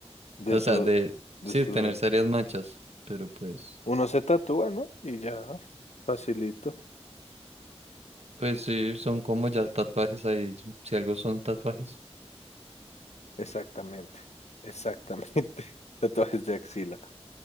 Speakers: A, on the left; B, on the right.
A: De
B: O
A: su,
B: sea, de...
A: de
B: Sí,
A: su,
B: tener serias manchas. Pero pues...
A: uno se tatúa, ¿no? Y ya, facilito.
B: Pues sí, son como ya tatuajes ahí. Si algo son tatuajes. <laughs>
A: Exactamente, exactamente. <laughs> Tatuajes de axila.